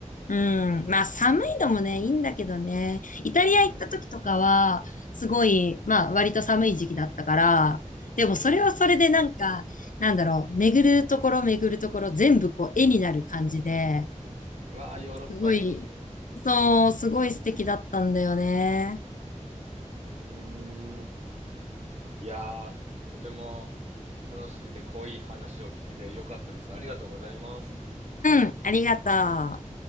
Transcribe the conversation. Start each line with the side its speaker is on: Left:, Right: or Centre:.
Left: うん。まあ、寒いのもね、いいんだけどね。イタリア行った時とかは、
Right: うん、
Left: すごい、まあ、割と寒い時期だったから、でもそれはそれでなんか、
Right: うん。
Left: なんだろう、巡るところ巡るところ全部こう絵になる感じで、
Right: うわあ、ヨーロッパいいですね。
Left: すごい、そう、すごい素敵だったんだよね。
Right: うーん。いやーとても楽しくて濃い話を聞けてよかったです。ありがとうございます。
Left: うん、ありがとう。